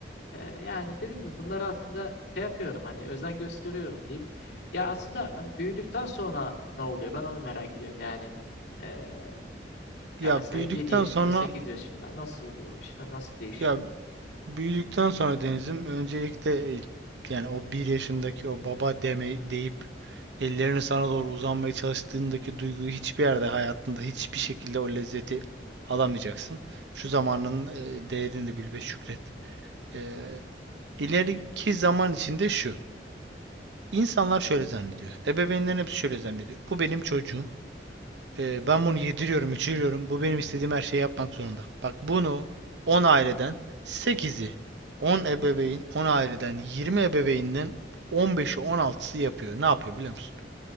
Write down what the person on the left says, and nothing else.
Ee, yani dediğim gibi bunları aslında şey yapıyorum hani özen gösteriyorum diyeyim. Ya aslında hani büyüdükten sonra ne oluyor ben onu merak ediyorum yani. ee,
ya mesela
7 yaşında,
8 yaşında nasıl oluyor o işler, nasıl değişiyor?
Hmm.